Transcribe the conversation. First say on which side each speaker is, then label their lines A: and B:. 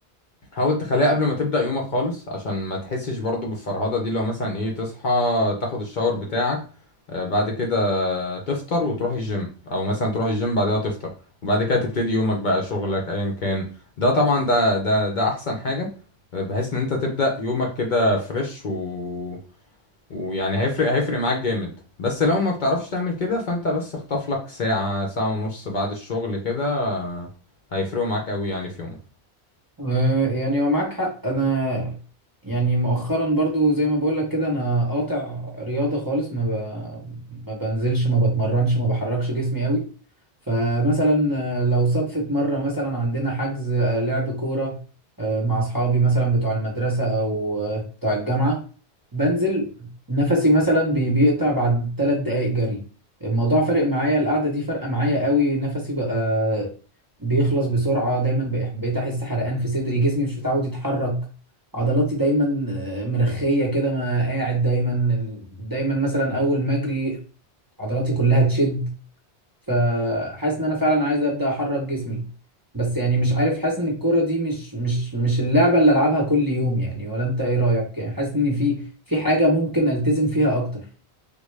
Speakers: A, on the left; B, on the right.
A: حاول تخليها قبل ما تبدأ يومك خالص عشان ما تحسش برضو بالفرهدة دي لو مثلا ايه تصحى تاخد الشاور بتاعك آه، بعد كده تفطر وتروح الجيم او مثلا تروح الجيم بعدها تفطر وبعد كده تبتدي يومك بقى شغلك ايا كان ده طبعا ده ده ده احسن حاجة آه، بحيث ان انت تبدأ يومك كده فريش و... ويعني هيفرق هيفرق معاك جامد بس لو ما بتعرفش تعمل كده فانت بس اخطف لك ساعة ساعة ونص بعد الشغل كده هيفرقوا معاك قوي يعني في يومك
B: آه، يعني هو معاك حق انا يعني مؤخرا برضو زي ما بقولك كده انا قاطع رياضة خالص ما ب... ما بنزلش ما بتمرنش ما بحركش جسمي قوي فمثلا آه، لو صدفت مرة مثلا عندنا حجز آه، لعب كورة آه، مع اصحابي مثلا بتوع المدرسة او آه، بتوع الجامعة بنزل نفسي مثلا بي- بيقطع بعد ثلاث دقايق جري الموضوع فارق معايا القعدة دي فارقة معايا قوي نفسي بقى بيخلص بسرعة دايما بقى- بقيت أحس حرقان في صدري جسمي مش متعود يتحرك عضلاتي دايما آه، مرخية كده ما قاعد دايما دايما مثلا أول ما أجري عضلاتي كلها تشد فحاسس إن أنا فعلا عايز أبدأ أحرك جسمي بس يعني مش عارف حاسس إن الكرة دي مش مش مش اللعبة اللي ألعبها كل يوم يعني ولا أنت إيه رأيك يعني حاسس إن في في حاجة ممكن ألتزم فيها أكتر